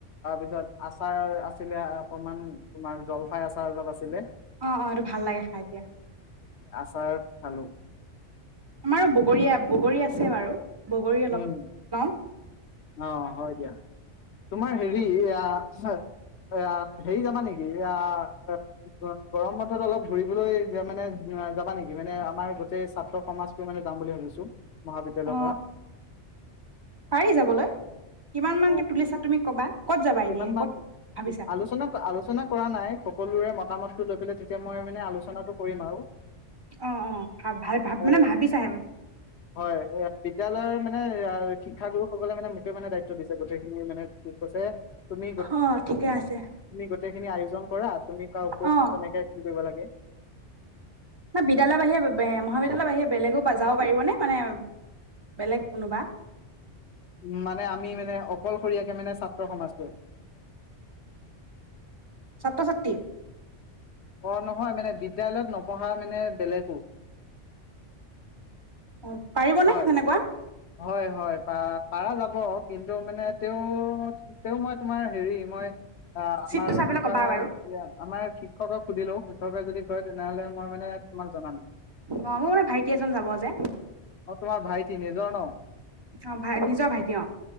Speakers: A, on the left; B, on the right.
A: তাৰ পিছত আচাৰ আছিলে অকন মান তোমাৰ জল পাই আচাৰ অলপ আছিলে
B: অঁ, অঁ এটো ভাল লাগে খাই দিয়া
A: আচাৰত খালো
B: আমাৰো বগৰী আছে বাৰু বগৰী অলপ
A: উম
B: লওঁ
A: অঁ হয় দিয়া তোমাৰ হেৰি এইয়া, এইয়া হেৰি যাবা নেকি, এ গৰম বন্ধত অলপ ঘুৰিবলৈ মানে যাবা নেকি, মানে আমাৰ গোটেই ছাত্ৰ সমাজ মানে যাম বুলি ভাবিছো। মহাবিদ্যালয়ৰ
B: অ
A: পৰা
B: পাৰি যাবলৈ কিমান মানকে
A: অ
B: তুলিছা তুমি কবা ক'ত যাবা
A: কিমান
B: এনে
A: মান
B: ক'ত ভাবিছা
A: আলোচনা আলোচনা কৰা নাই সকলোৰে মতামতটো লৈ পেলাই তেতিয়া মই মানে আলোচনাটো কৰিম আৰু,
B: অ অ ভাব ভাল ভাব
A: এ
B: মানে ভাবিছাহে
A: হয় এ বিদ্য়ালয়ৰ মানে শিক্ষাগুৰুসকলে মানে মুটে মানে দায়িত্ব দিছে গোটেই সেইমানে কি কৈছে তুমি
B: অ ঠিকে আছে
A: গোটেখিনি আয়োজন কৰা তুমি ক'ত
B: অ
A: কেনেকে কি কৰিব লাগে তে
B: বিদ্যালয় বাহিৰে মহাবিদ্যালয়ৰ বাহিৰে বেলেগো যাব পাৰিবনে মানে বেলেগ কোনোবা
A: উ মানে আমি মানে অকলশৰীয়াকে মানে ছাত্ৰ সমাজটোৱে
B: ছাত্ৰ ছাত্ৰী
A: অ নহয় মানে বিদ্যালয়ত নপঢ়া মানে বেলেগো
B: অ পাৰিবনে
A: হয়,
B: সেনেকোৱা
A: হয় হয় প পাৰা যাব কিন্তু মানে তেওঁ তেওঁ মই তোমাৰ হেৰি মই অহ আমাৰ
B: চিটটো চাই পেলাই
A: শিক্ষা
B: ক'বা বাৰু
A: আমাৰ শিক্ষকক সুধিলো শিক্ষকে যদি কয় তেনেহলে মই মানে তোমাক জনাম
B: অ মোৰ মানে ভাইটি এজন যাব যে
A: অ তোমাৰ ভাইটি নিজৰ ন
B: অ ভাই নিজৰ ভাইটি অ